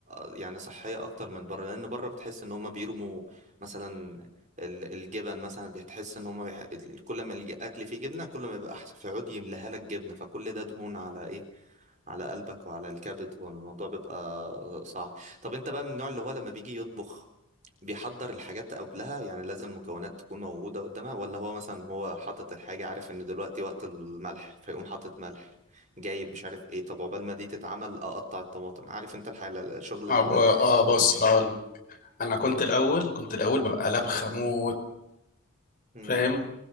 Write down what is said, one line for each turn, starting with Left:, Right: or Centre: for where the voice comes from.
Right: آه، يعني صحية أكتر من بره لأن بره بتحس إن هما بيرموا مثلا ال- الجبن مثلا بتحس إن هما بيح... كل ما الأكل فيه جبنة كل ما بيبقى أحسن فيقعد يملاها لك جبنة فكل ده دهون على إيه على قلبك وعلى الكبد والموضوع بيبقى صعب طب انت بقى من النوع اللي هو لما بيجي يطبخ بيحضر الحاجات قبلها يعني لازم المكونات تكون موجودة قدامها ولا هو مثلا هو حاطط الحاجة عارف ان دلوقتي وقت الملح فيقوم حاطط ملح جايب مش عارف ايه طب عقبال ما دي تتعمل اقطع الطماطم عارف انت الحالة الشغل
Left: اه
Right: ال...
Left: ب- آه، بص
Right: ال...
Left: هقول انا كنت
Right: مم.
Left: الاول كنت الاول ببقى لبخه موت
Right: مم.
Left: فاهم